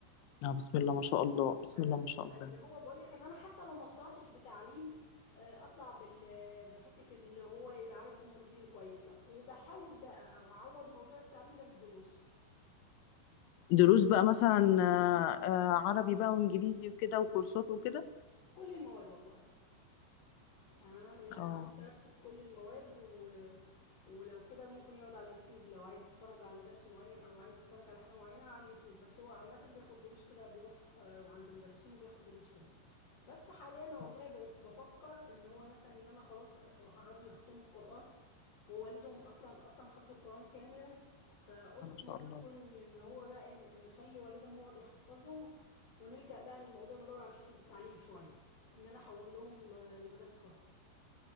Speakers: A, on the left (about 80°); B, on the left (about 45°).
A: آه بسم الله ما شاء الله بسم
B: فال...
A: الله ما شاء
B: فاللي
A: الله
B: هو بقول لك ان انا حتى لو ما طلعتش بتعليم آه، اطلع بال... بحتة اللي هو يبقى عارف امور دينه كويسة وبحاول بقى او اعوض موضوع التعليم ده بالدروس
A: دروس بقى مثلا آه، آه، عربي بقى وإنجليزي وكده وكورسات وكده
B: كل المواد والله يعني انا باخد
A: اه
B: درس في كل المواد و... ولو كده ممكن يقعد على اليوتيوب لو عايز يتفرج على درس معين او عايز يتفرج على حاجة معينة على اليوتيوب بس هو عامة بياخد دروس كده بيروح آه، عند مدرسين وبياخد دروس كده بس حاليا والله
A: آه،
B: بقيت بفكر ان هو مثلا ان انا خلاص آه، قربوا يختموا القرآن ووالدهم اصلا اصلا حفظ القرآن كاملا فقلت
A: ما شاء
B: ممكن
A: الله
B: ان هو بقى إن- إن نخلي والدهم هو اللي يحفظهم ونلجأ بقى للموضوع ندور على حتة التعليم شوية ان انا احول لهم ل- لمدارس خاصه